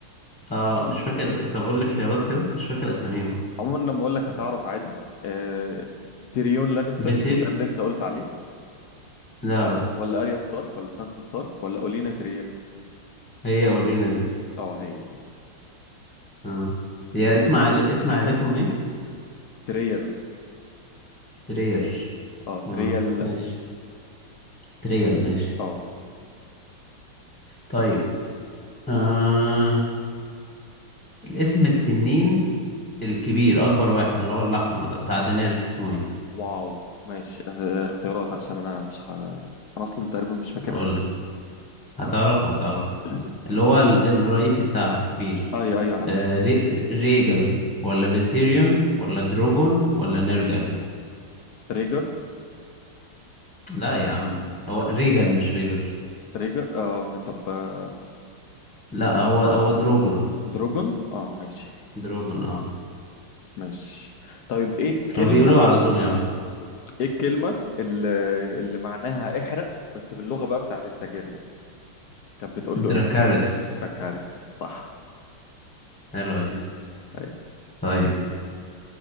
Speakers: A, in the centre; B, on the left (about 65°).
A: اه مش فاكر طب قول لي اختيارات كده مش فاكر أساميهم
B: عموما لما اقول لك هتعرف عادي آه تيريون لانستر
A: فيسيري
B: وده اللي انت قلت عليه
A: لا لا
B: ولا اريا ستارك ولا سانسا ستارك ولا اولينا تريال
A: هي أولينا دي
B: اه هي دي
A: اه هي
B: ماشي
A: اسم عائل... اسم عائلتهم إيه؟
B: تريال
A: ترير
B: اه
A: اه
B: تريال
A: ماشي تريال ماشي
B: اه
A: طيب آه... الاسم التنين الكبير اكبر واحد اللي هو الاحمر ده بتاع دينيرس
B: آه،
A: اسمه ايه
B: واو ماشي آه، اختيارات عشان انا مش ه... انا اصلا تقريبا مش فاكر
A: اقول
B: اساميهم
A: لك هتعرفه هتعرفه
B: <coughs>
A: اللي هو ال- الرئيسي بتاعها الكبير
B: <clears throat> ايوه ايوه عارف
A: آه... ري... ريجل ولا فيسيريون ولا دروجون ولا نيرجل
B: ريجر
A: لا يا عم هو ريجل مش ريجر
B: ريجر اه طب آه،
A: لا هو هو دروجون
B: دروجون اه ماشي
A: دروجون اه
B: ماشي طيب ايه الكلمة
A: كانوا بيقولوه على طول يا عم
B: ايه الكلمة اللي, اللي معناها احرق بس باللغة بقى بتاعت التاجرين كانت بتقول
A: دراكارس
B: له ايه دراكاريس صح
A: حلوة دي
B: ايوه
A: طيب